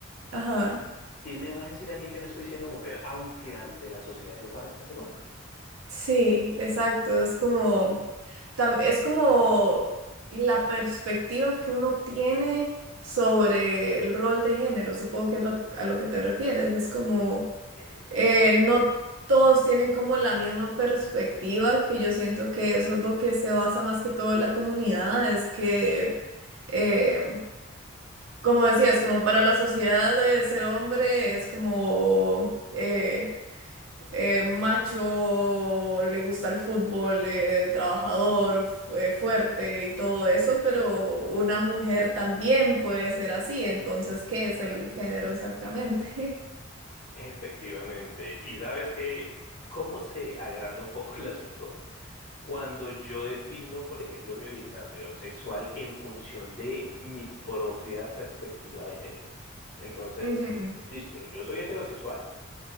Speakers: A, on the right; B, on the left.
A: Ajá.
B: ¿quién me va a decir a mí que no estoy siendo mujer, aunque ante la sociedad yo parezca ser hombre?
A: Sí, exacto. Es como, tam- es como la perspectiva que uno tiene sobre el rol de género. Supongo que es lo- a lo que te refieres. Es como,
B: Eso
A: eh,
B: es.
A: no todos tienen como la misma perspectiva, que yo siento que eso es lo que se basa más que todo en la comunidad. Es que... eh, como decías, como para la sociedad de ser hombre es como eh, eh, macho, le gusta el fútbol, eh, trabajador, fu- eh, fuerte y todo eso, pero una mujer también puede ser así, entonces, ¿qué es el género exactamente?
B: Efectivamente. Y sabes que, ¿cómo se agranda un poco el asunto? Cuando yo defino, por ejemplo, mi orientación sexual en función de mi propia perspectiva de género. Entonces,
A: <laughs> Ujú,
B: listo, yo soy heterosexual.